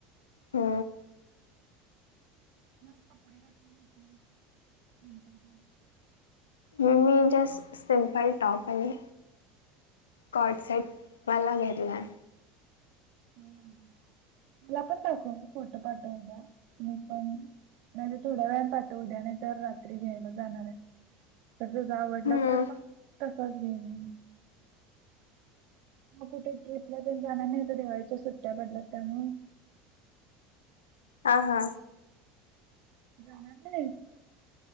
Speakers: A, on the left; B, on the right.
A: हो.
B: <unintelligible>
A: मगं मी जस्ट सिम्पल टॉप, आणि काॅड सेट, मला घेतला आहे.
B: <unintelligible> मला पण दाखव फोटो. पाठव द्या मी पण नाहीजे थोड्या वेळ पाठव द्या नाही तर रात्री घ्यायला जाणार आहे? तर तुजा आवडला
A: हम्म
B: <unintelligible> मग कुठे ट्रिपला ते जाणार नाहीत दिवाळीच्या सुट्ट्या पडल्या त्यामुळे?
A: हा हा.
B: जाणार नाही?